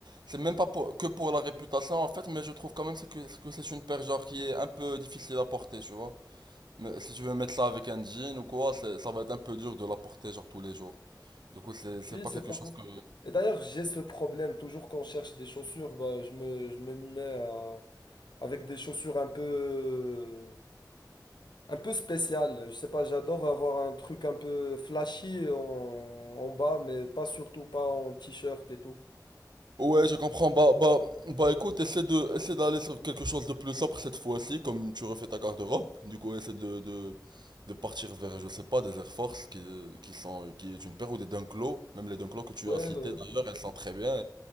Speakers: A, on the right (about 80°); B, on the left (about 90°).
A: c'est même pas pour- que pour la réputation en fait, mais je trouve quand même c'est que que c'est une paire genre qui est un peu difficile à porter, tu vois. Mais si tu veux mettre ça avec un jean ou quoi, c'est- ça va être un peu dur de la porter genre tous les jours. Du coup, c'est c'est
B: Oui,
A: pas
B: c'est
A: quelque
B: pas
A: chose
B: faux.
A: que
B: Et d'ailleurs, j'ai ce problème. Toujours quand je cherche des chaussures, bah, je me, je me mets à- avec des chaussures un peu, un peu spéciales. Je sais pas, j'adore avoir un truc un peu flashy en, en bas, mais pas surtout pas en t-shirt et tout.
A: Ouais, je comprends. Bah, bah, bah, écoute, essaie de, essaie d'aller sur quelque chose de plus sobre cette fois-ci, comme tu refais ta garde-robe. Du coup, essaie de, de, de partir vers, je sais pas, des Air Force qui, qui sont, qui est une paire ou des Dunklo. Même les Dunklo que tu
B: Ouais,
A: as cités
B: ouais,
A: d'ailleurs, elles sont très bien.